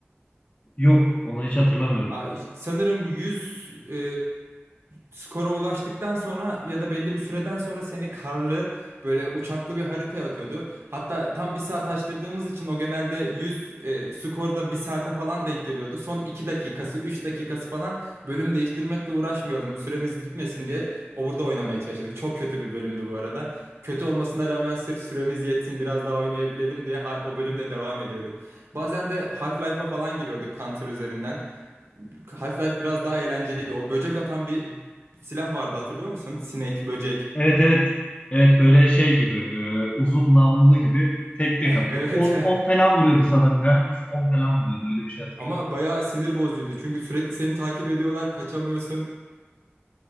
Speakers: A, on the left (about 30°); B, on the right (about 80°).
A: Yok, onu hiç hatırlamıyorum.
B: Ay, Sanırım 100 e, skora ulaştıktan sonra ya da belli bir süreden sonra seni karlı böyle uçaklı bir haritaya atıyordu. Hatta tam bir saat açtırdığımız için o genelde 100 e, skorda bir saate falan denk geliyordu. Son 2 dakikası 3 dakikası falan bölüm değiştirmekle uğraşmayalım süremiz gitmesin diye orada oynamaya çalıştık. Çok kötü bir bölümdü bu arada. Kötü olmasına rağmen sırf süremiz yetsin biraz daha oynayabilelim diye ha- o bölümde devam ediyorduk. Bazen de Half-Life'a falan giriyorduk Counter üzerinden. Half-Life biraz daha eğlenceliydi. O böcek atan bir silah vardı hatırlıyor musun? Sinek, böcek.
A: Evet evet. Evet böyle şey gibi e, uzun namlulu gibi tek tek
B: <laughs>
A: atıyor.
B: Evet.
A: on 10 falan vuruyordu sanırım. Her vuruş 10 falan vuruyordu. Öyle bir şey
B: <laughs>
A: hatırlıyorum.
B: Ama bayağı sinir bozucuydu. Çünkü sürekli seni takip ediyorlar, kaçamıyorsun.